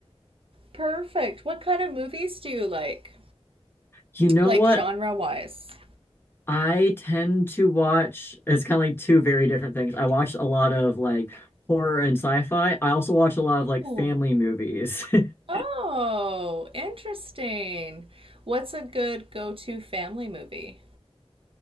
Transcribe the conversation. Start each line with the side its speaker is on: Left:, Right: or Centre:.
Right: Perfect. What kind of movies do you like?
Left: You know
Right: Like
Left: what?
Right: genre wise?
Left: I tend to watch it's kind of like two very different things. I watch a lot of like horror and sci-fi. I also watch a lot of like
Right: Oh.
Left: family movies. <laughs>
Right: Oh, interesting. What's a good go-to family movie?